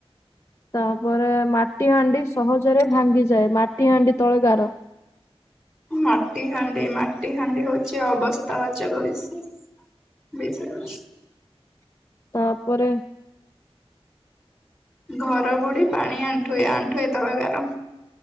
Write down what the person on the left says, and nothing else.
ତାପରେ ମାଟି ହାଣ୍ଡି ସହଜରେ ଭାଙ୍ଗିଯାଏ। ମାଟି ହାଣ୍ଡି ତଳେ ଗାର।
ତାପରେ